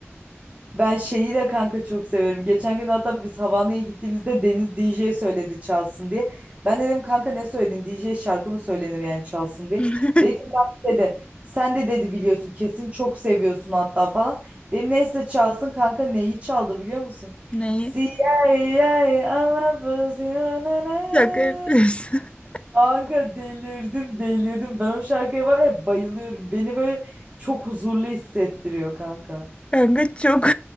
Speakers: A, on the right (about 25°); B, on the left (about 25°).
A: Ben şeyi de kanka çok severim. Geçen gün hatta biz Havana'ya gittiğimizde Deniz DJ'ye söyledi çalsın diye. Ben dedim kanka ne söyledin? DJ şarkı mı söylenir yani çalsın diye.
B: <laughs>
A: Dedi ki "Kanka," dedi sen de dedi biliyorsun kesin çok seviyorsun hatta falan. Dedim neyse çalsın kanka neyi çaldı biliyor musun?
B: Neyi?
A: CIA, I'm a I love you, na na.
B: Şaka yapıyorsun. <laughs>
A: Kanka delirdim delirdim. Ben o şarkıya var ya bayılıyorum. Beni böyle çok huzurlu hissettiriyor kanka.
B: Kanka çok